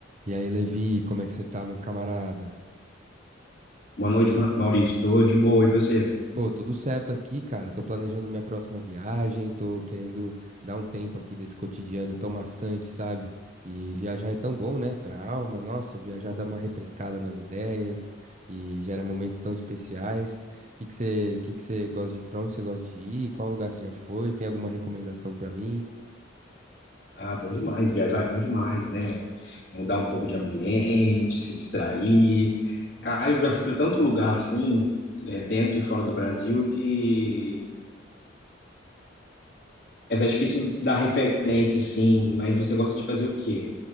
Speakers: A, on the right; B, on the left.
A: E aí, Levi, como é que você tá, meu camarada?
B: Boa noite, Ma- Maurício. Tô de boa. E você?
A: Pô, tudo certo aqui, cara. Tô planejando minha próxima viagem, tô querendo dar um tempo aqui desse cotidiano tão maçante, sabe? E viajar é tão bom, né, pra alma. Nossa, viajar dá uma refrescada nas ideias e gera momentos tão especiais. Que que você, que que você gosta de, pra onde você gosta de ir? Qual lugar você já foi? Tem alguma recomendação pra mim?
B: Ah, bom demais. Viajar é bom demais, né? Mudar um pouco de ambiente, se distrair. Cara, eu já fui para tanto lugar assim, né, dentro e fora do Brasil, que é até difícil dar referência, assim. Mas você gosta de fazer o quê?